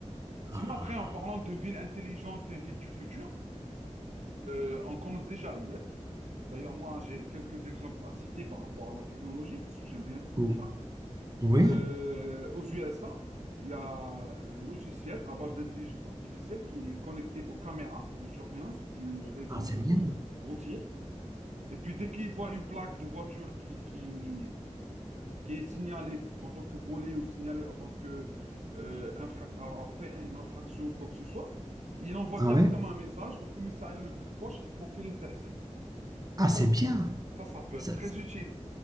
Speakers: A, on the right; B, on the right.
A: Sinon,
B: Ah,
A: après, en parlant de villes intelligentes et villes du futur, euh, on commence déjà à y être. D'ailleurs, moi, j'ai quelques exemples à citer par rapport à la technologie, parce que j'aime bien
B: ouais.
A: tout ça.
B: Oui,
A: Euh, aux USA, il y a un logiciel à base d'intelligence artificielle qui est connecté aux caméras de surveillance du réseau
B: ah, c'est bien.
A: euh, routier. Et puis, dès qu'il voit une plaque de voiture qui, qui, qui est signalée en tant que volée ou signalée en tant que euh, infra- avoir fait une infraction ou quoi que ce soit, il envoie
B: Ah,
A: directement
B: ouais.
A: un message au commissariat le plus proche pour qu'il intercepte.
B: Ah,
A: Ça,
B: c'est
A: ça,
B: bien.
A: ça ça peut
B: Ça-
A: être très utile.